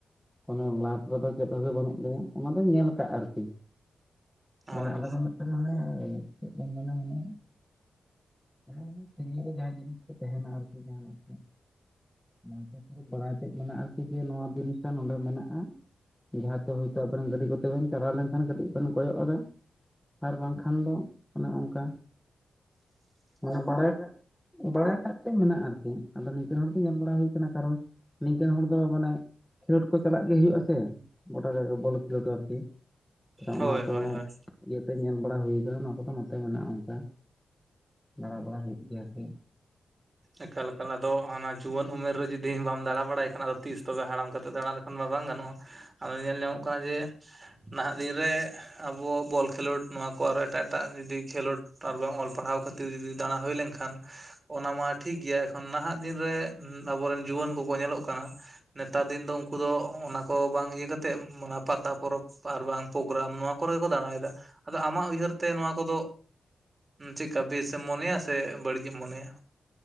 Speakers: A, in the centre; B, on the right (about 30°).
A: ᱠᱳᱱᱚ ᱞᱟᱵ ᱨᱮᱫᱚ ᱪᱮᱫ ᱦᱚᱸ ᱵᱟᱹᱱᱩᱜ ᱞᱮᱭᱟ ᱚᱱᱟ ᱫᱚᱧ ᱧᱮᱞ ᱟᱠᱟᱫ ᱟᱨᱠᱤ
B: ᱦᱳᱭ
A: ᱚᱱᱮ ᱟᱞᱮ ᱫᱚ ᱢᱤᱫᱴᱮᱱ ᱚᱱᱮ ᱪᱮᱫ ᱫᱚ ᱢᱮᱱᱟ ᱚᱱᱮ ᱚᱱᱮ ᱥᱟᱺᱜᱤᱧ ᱨᱮ ᱡᱟᱦᱟᱸ ᱡᱤᱱᱤᱥ ᱠᱚ ᱛᱟᱦᱮᱱᱟ ᱟᱨᱠᱤ ᱡᱟᱦᱟᱱᱟᱜ ᱱᱚᱝᱠᱮᱥ ᱠᱚ ᱫᱟᱲᱟ ᱩᱪᱩᱭᱮᱫ ᱵᱚᱱᱟ ᱟᱨᱠᱤ ᱡᱮ ᱱᱚᱣᱟ ᱡᱤᱱᱤᱥᱴᱟ ᱱᱚᱰᱮ ᱢᱮᱱᱟᱜ-ᱟ ᱡᱟᱦᱟᱸ ᱦᱳᱭᱛᱳ ᱟᱵᱮᱱ ᱜᱟᱹᱰᱤ ᱠᱚᱛᱮ ᱵᱮᱱ ᱪᱟᱞᱟᱣ ᱞᱮᱱᱠᱷᱟᱱ ᱠᱟᱹᱴᱤᱡ ᱵᱮᱱ ᱠᱚᱭᱚᱜ ᱟᱫᱟ ᱟᱨ ᱵᱟᱝᱠᱷᱟᱱ ᱫᱚ ᱚᱱᱮ ᱚᱱᱠᱟ ᱢᱟᱱᱮ ᱵᱟᱲᱟᱭ ᱠᱟᱜ ᱵᱟᱲᱟᱭ ᱠᱟᱜᱛᱮ ᱢᱮᱱᱟᱜ-ᱟ ᱟᱨ ᱠᱤ ᱟᱫᱚ ᱱᱤᱝᱠᱟᱹ ᱦᱚᱲ ᱫᱚ ᱧᱮᱞ ᱵᱟᱲᱟ ᱦᱩᱭ ᱠᱟᱱᱟ ᱠᱟᱨᱚᱱ ᱱᱤᱝᱠᱟᱹ ᱦᱚᱲ ᱫᱚ ᱢᱟᱱᱮ ᱠᱷᱮᱞᱳᱰ ᱠᱚ ᱪᱟᱞᱟᱜ ᱜᱮ ᱦᱩᱭᱩᱜ-ᱟ ᱥᱮ ᱜᱚᱴᱟ ᱜᱮ ᱵᱚᱞ ᱠᱷᱮᱞᱳᱰ ᱟᱨᱠᱤ ᱛᱟᱞᱮ
B: ᱦᱳᱭ
A: ᱚᱱᱟ ᱠᱚ
B: ᱦᱳᱭ ᱦᱳᱭ
A: ᱤᱭᱟᱹᱛᱮ ᱧᱮᱞ ᱵᱟᱲᱟ ᱦᱩᱭ ᱟᱠᱟᱱᱟ ᱱᱚᱣᱟ ᱠᱚᱫᱚ ᱱᱚᱛᱮ ᱢᱮᱱᱟᱜ-ᱟ ᱚᱱᱠᱟ ᱫᱟᱬᱟ ᱵᱟᱲᱟ ᱦᱩᱭᱩᱜ ᱜᱮᱭᱟ ᱟᱨᱠᱤ
B: ᱮᱠᱟᱞ ᱮᱠᱟᱞ ᱟᱫᱚ ᱦᱟᱱᱟ ᱡᱩᱣᱟᱹᱱ ᱩᱢᱮᱨ ᱨᱮ ᱡᱩᱫᱤ ᱵᱟᱢ ᱫᱟᱬᱟ ᱵᱟᱲᱟᱭ ᱠᱷᱟᱱ ᱛᱤᱥ ᱛᱚᱵᱮ ᱦᱟᱲᱟᱢ ᱠᱟᱛᱮ ᱫᱟᱬᱟ ᱞᱮᱠᱷᱟᱱ ᱢᱟ ᱵᱟᱝ ᱜᱟᱱᱚᱜ-ᱟ ᱟᱫᱚ ᱧᱮᱞ ᱧᱟᱢᱚᱜ ᱠᱟᱱᱟ ᱡᱮ ᱱᱟᱦᱟᱜ ᱫᱤᱱ ᱨᱮ ᱟᱵᱚ ᱵᱚᱞ ᱠᱷᱮᱞᱳᱰ ᱱᱚᱣᱟ ᱠᱚ ᱟᱨᱚ ᱮᱴᱟᱜ ᱮᱴᱟᱜ ᱡᱩᱫᱤ ᱠᱷᱮᱞᱳᱰ ᱟᱨ ᱵᱟᱝ ᱚᱞ ᱯᱟᱲᱦᱟᱣ ᱠᱷᱟᱹᱛ ᱛᱤᱨ ᱡᱩᱫᱤ ᱫᱟᱬᱟ ᱦᱩᱭ ᱞᱮᱱᱠᱷᱟᱱ ᱚᱱᱟ ᱢᱟ ᱴᱷᱤᱠ ᱜᱮᱭᱟ ᱮᱠᱷᱚᱱ ᱱᱟᱦᱟᱜ ᱫᱤᱱᱨᱮ ᱟᱵᱚᱨᱮᱱ ᱡᱩᱣᱟᱹᱱ ᱠᱚᱠᱚ ᱧᱮᱞᱚᱜ ᱠᱟᱱᱟ ᱱᱮᱛᱟᱨ ᱫᱤᱱ ᱫᱚ ᱩᱱᱠᱩ ᱫᱚ ᱚᱱᱟ ᱠᱚ ᱵᱟᱝ ᱤᱭᱟᱹ ᱠᱟᱛᱮᱫ ᱚᱱᱟ ᱯᱟᱛᱟ ᱯᱚᱨᱚᱵᱽ ᱟᱨᱵᱟᱝ ᱯᱨᱳᱜᱨᱟᱢ ᱱᱚᱣᱟ ᱠᱚᱨᱮᱜ ᱠᱚ ᱫᱟᱬᱟᱭᱮᱫᱟ ᱟᱫᱚ ᱟᱢᱟᱜ ᱩᱭᱦᱟᱹᱨ ᱛᱮ ᱱᱚᱣᱟ ᱠᱚᱫᱚ ᱪᱮᱫᱠᱟ ᱵᱮᱥᱮᱢ ᱢᱚᱱᱮᱭᱟ ᱥᱮ ᱵᱟᱹᱲᱤᱡ ᱮᱢ ᱢᱚᱱᱮᱭᱟ